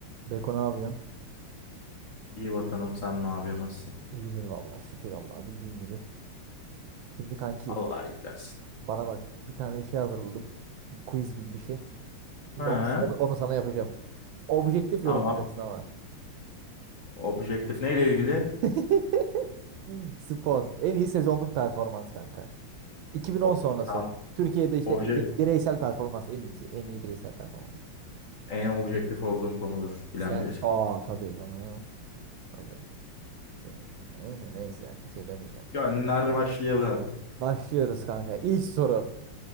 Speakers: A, on the right (about 75°); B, on the left (about 45°).
A: Beko ne yapıyorsun?
B: İyi vatanım sen ne yapıyorsun nasılsın?
A: İyidir vallahi şükür Allah'a bildiğin gibi. Şimdi kanki
B: Allah iyilik versin.
A: bana bak bir tane bir şey hazırladım. Bir quiz gibi bir şey. Şimdi
B: Ha,
A: onu, onu, onu sana yapacağım. Objektif
B: tamam.
A: yorumlayacaksın ama.
B: Objektif neyle ilgili?
A: <laughs> Spor. En iyi sezonluk performans kanka. 2010
B: Of
A: sonrası.
B: tamam.
A: Türkiye'de işte
B: Obje
A: bire- bireysel performans en iyi ki. En iyi bireysel performans.
B: en objektif olduğum konudur. Bilen
A: Sen
B: bilir.
A: aa tabii canım. Tabii. Senin, neyse bir şey demeyeceğim.
B: Gönder başlayalım.
A: Başlıyoruz kanka. İlk soru.